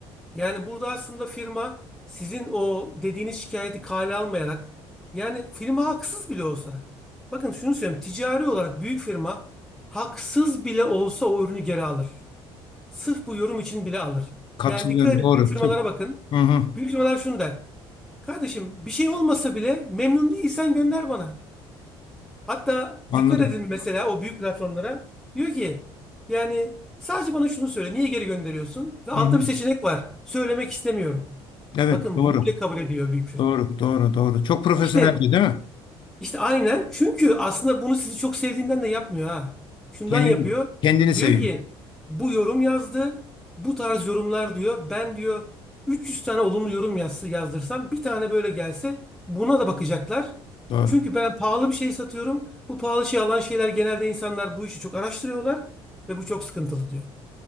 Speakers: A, in the centre; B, on the left (about 50°).
A: Yani burada aslında firma sizin o dediğiniz şikayeti kale almayarak yani firma haksız bile olsa. Bakın şunu söyleyeyim. Ticari olarak büyük firma haksız bile olsa o ürünü geri alır. Sırf bu yorum için bile alır.
B: Katılıyorum
A: Yani dikkat
B: doğru.
A: edin büyük firmalara
B: Çok.
A: bakın.
B: Hı hı,
A: Büyük firmalar şunu der. Kardeşim bir şey olmasa bile memnun değilsen gönder bana. Hatta
B: anladım.
A: dikkat edin mesela o büyük platformlara. Diyor ki yani sadece bana şunu söyle. Niye geri gönderiyorsun? Ve altta
B: Hı hı.
A: bir seçenek var. Söylemek istemiyorum.
B: Evet
A: Bakın
B: doğru.
A: bunu bile kabul ediyor büyük firma.
B: Doğru doğru doğru. Çok profesyonelce
A: İşte
B: değil mi?
A: işte aynen. Çünkü aslında bunu sizi çok sevdiğinden de yapmıyor ha. Şundan
B: Kendini,
A: yapıyor.
B: kendini
A: Diyor
B: seveyim.
A: ki bu yorum yazdı. Bu tarz yorumlar diyor. Ben diyor 300 tane olumlu yorum yazsa, yazdırsam bir tane böyle gelse buna da bakacaklar.
B: Doğru.
A: Çünkü ben pahalı bir şey satıyorum. Bu pahalı şey alan şeyler genelde insanlar bu işi çok araştırıyorlar ve bu çok sıkıntılı diyor.